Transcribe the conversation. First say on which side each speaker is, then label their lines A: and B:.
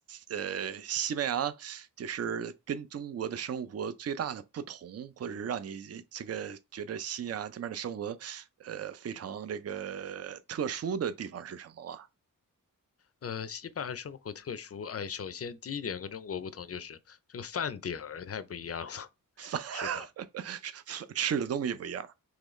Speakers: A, on the right; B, on the left.
A: 呃西班牙，就是跟中国的生活最大的不同，或者是让你这个觉得西班牙这边的生活，呃，非常这个特殊的地方是什么吗？
B: 呃，西班牙生活特殊，哎，首先第一点跟中国不同就是这个饭点儿太不一样了，<laughs>
A: 饭
B: 是吧？
A: <laughs> 吃的东西不一样，